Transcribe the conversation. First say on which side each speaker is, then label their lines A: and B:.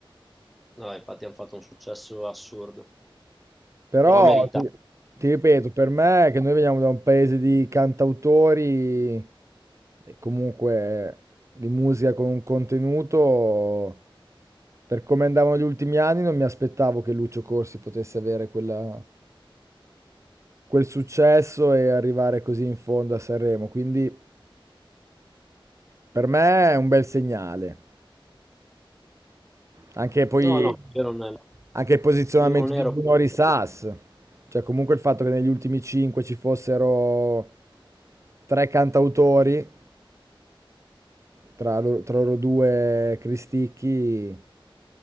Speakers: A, in the centre; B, on the right.
A: No, infatti hanno fatto un successo assurdo,
B: Però,
A: però meritato.
B: ti, ti ripeto, per me, che noi veniamo da un paese di cantautori e comunque di musica con un contenuto, per come andavano gli ultimi anni, non mi aspettavo che Lucio Corsi potesse avere quella quel successo e arrivare così in fondo a Sanremo. Quindi per me è un bel segnale. Anche poi
A: No, no, io non ero,
B: anche il posizionamento
A: io non ero-
B: di Bruno Risas, cioè comunque il fatto che negli ultimi cinque ci fossero tre cantautori, tra loro, tra loro due Cristicchi,